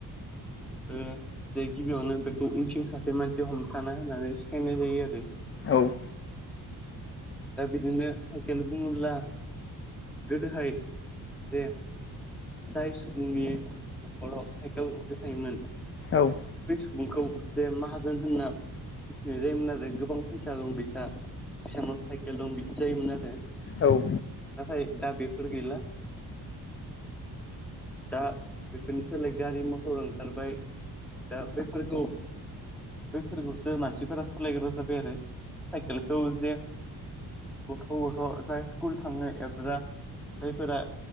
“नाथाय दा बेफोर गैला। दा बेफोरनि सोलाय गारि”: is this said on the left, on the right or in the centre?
Centre